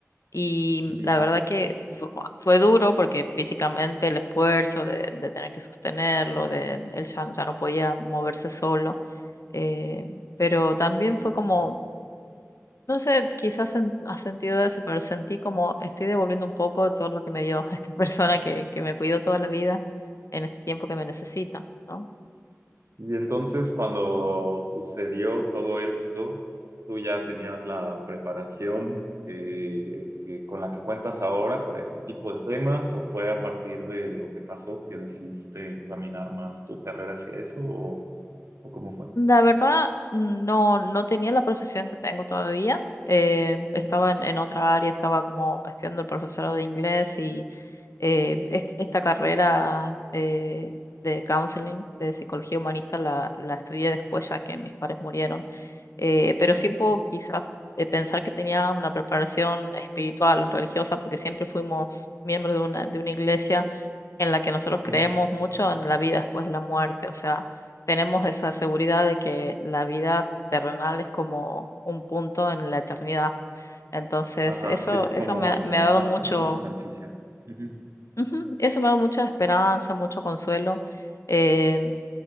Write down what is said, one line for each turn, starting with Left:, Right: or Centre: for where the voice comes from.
Left: Y
Right: ujú,
Left: la verdad que fue, co- fue duro porque físicamente el esfuerzo de, de tener que sostenerlo, de él ya, ya no podía moverse solo, eh, pero también
Right: Sí,
Left: fue
Right: me imagino.
Left: como no sé, quizás sen- has sentido eso, pero sentí como estoy devolviendo un poco de todo lo que me dio <laughs> esta persona que, que me cuidó toda la vida en este tiempo que me necesita, ¿no?
Right: Y entonces cuando sucedió todo esto, tú ya tenías la preparación que, que- con la que cuentas ahora para este tipo de temas, o fue a partir de lo que pasó que decidiste encaminar más tu carrera hacia eso, o, o cómo fue?
Left: La verdad, no, no tenía la profesión que tengo todavía. eh,
Right: Ujú.
Left: estaba en, en otra área, estaba como estudiando el profesorado de inglés y eh, est- esta carrera eh, de counseling, de psicología humanista, la, la estudié después ya que mis padres murieron. eh, pero
Right: Ah,
Left: sí puedo quizás eh, pensar que tenía una preparación espiritual, religiosa, porque siempre fuimos miembros de una, de una iglesia en la que nosotros
Right: ujú.
Left: creemos mucho en la vida después de la muerte, o sea, tenemos esa seguridad de que la vida terrenal es como un punto en la eternidad. Entonces,
Right: Ajá,
Left: eso,
Right: sí, es
Left: eso
Right: como
Left: me, ha me ha dado
Right: una,
Left: mucho,
Right: una transición. Ujú,
Left: ujú, eso me ha dado mucha esperanza, mucho consuelo. eh,